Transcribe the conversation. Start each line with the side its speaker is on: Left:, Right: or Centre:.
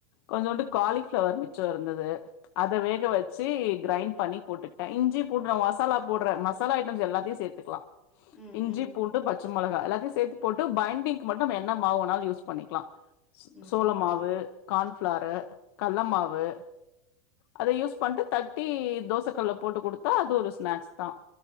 Left: கொஞ்சோண்டு காலிஃபிளவர் மிச்சோ இருந்தது அத
Centre: ம்
Left: வேக வை ச்சி கிரைண்ட் பண்ணி போட்டுக்ட்டே இஞ்சி பூண்டு மசாலா போடுற மசாலா ஐட்டம்ஸ் எல்லாத்தையு சேத்துக்லா
Centre: ம்
Left: இஞ்சி
Centre: ம்
Left: பூண்டு பச்ச மொளகா எல்லாத்தையு சேத்து போட்டு பைண்டிங்கு மட்டு என்ன மாவு வேனாலு யூஸ் பண்ணிக்குலா
Centre: ம்
Left: சோள
Centre: ம்
Left: மாவு கான்ஃப்ளாரு கள்ள மாவு அத யூஸ் பண்ட்டு தட்டி தோசக்கல்ல போட்டு குடுத்தா அது ஒரு ஸ்நாக்ஸ் தா